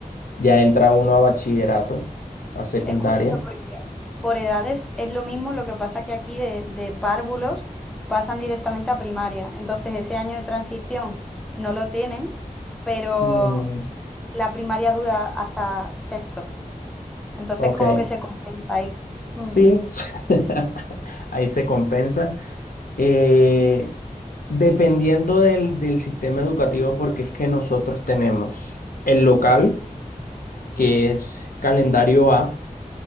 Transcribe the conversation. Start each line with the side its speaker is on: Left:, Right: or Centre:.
Left: ya entra uno a bachillerato, a secundaria.
Centre: Es curioso porque por edades es lo mismo, lo que pasa que aquí de, de párvulos pasan directamente a primaria. Entonces ese año de transición no lo tienen, pero
Left: Mm,
Centre: la primaria dura hasta sexto. Entonces
Left: ok,
Centre: como que se compensa ahí. Mm.
Left: sí, <laughs> ahí se compensa. eh, dependiendo del, del sistema educativo, porque es que nosotros tenemos el local, que es calendario A.